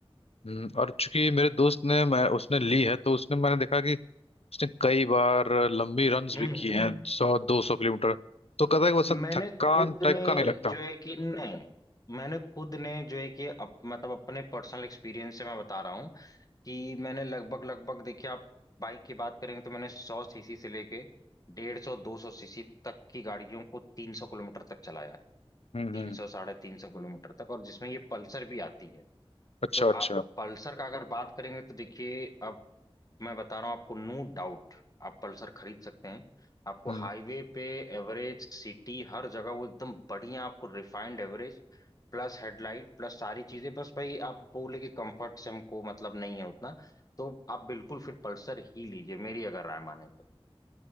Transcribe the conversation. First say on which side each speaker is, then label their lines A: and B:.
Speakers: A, on the left (about 85°); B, on the left (about 35°).
A: हम्म, और चूंकि मेरे दोस्त ने मैं उसने ली है तो उसने मैंने देखा कि उसने कई बार लंबी रन्स
B: हम्म
A: भी की
B: हम्म।
A: हैं सौ दो सौ किलोमीटर तो कहता है कि वैसा
B: मैंने
A: थकान
B: खुद
A: टाइप
B: ने
A: का नहीं लगता
B: जो है कि नहीं मैंने खुद ने जो है कि अप, मतलब अपने पर्सनल एक्सपीरियंस से मैं बता रहा हूँ कि मैंने लगभग लगभग देखिए आप बाइक की बात करेंगे तो मैंने सौ सीसी से लेके डेढ़ सौ दो सौ सीसी तक की गाड़ियों को तीन सौ किलोमीटर तक चलाया है
A: हम्म
B: तीन
A: हम्म
B: सौ साढ़े तीन सौ किलोमीटर तक और जिसमें ये पल्सर भी आती है
A: अच्छा
B: तो
A: अच्छा
B: आप पल्सर का अगर बात करेंगे तो देखिए अब मैं बता रहा हूँ आपको नो डाउट आप पल्सर खरीद सकते हैं आपको
A: हम्म
B: हाईवे पे एवरेज सिटी हर जगह वो एकदम बढ़िया आपको refined average plus headlight plus सारी चीजें बस भाई आप बोले कि कंफर्ट से हमको मतलब नहीं है उतना तो आप बिल्कुल फिर पल्सर ही लीजिए मेरी अगर राय माने तो